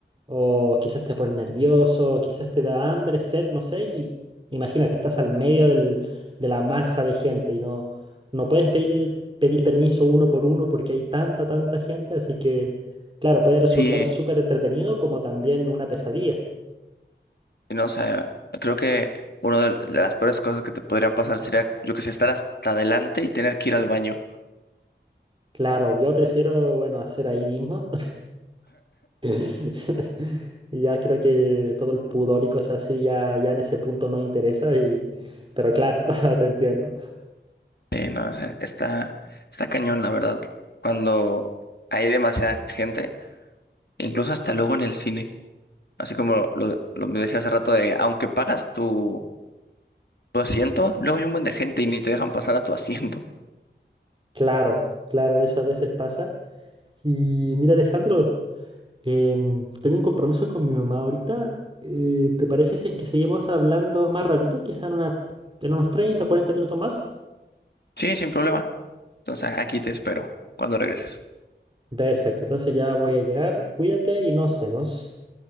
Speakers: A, on the right; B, on the left.
A: o quizás te pones nervioso, quizás te da hambre, sed, no sé, y imagínate, estás al medio del- de la masa de gente y no, no puedes pedir, pedir permiso uno por uno porque hay tanta, tanta gente, así que, claro, puede resultar
B: Sí,
A: súper entretenido como también una pesadilla.
B: no, o sea, creo que una de, de las peores cosas que te podría pasar sería, yo que sé, estar hasta adelante y tener que ir al baño.
A: Claro, yo prefiero, bueno, hacer ahí mismo. <laughs> Y Ya creo que todo el pudor y cosas así ya, ya en ese punto no interesa y... Pero claro, <laughs> te entiendo.
B: Sí, no, o sea, está, está cañón, la verdad, cuando hay demasiada gente, incluso hasta luego en el cine. Así como lo, lo me decía hace rato de, aunque pagas tu tu asiento, luego hay un buen de gente y ni te dejan pasar a tu asiento.
A: Claro, claro, eso a veces pasa. Y mira, Alejandro, em, tengo un compromiso con mi mamá ahorita. Eh, ¿te parece si es que seguimos hablando más ratito? Quizá en una, en unos 30 o 40 minutos más.
B: Sí, sin problema. Entonces aquí te espero cuando regreses.
A: Perfecto, entonces ya voy a llegar. Cuídate y nos vemos.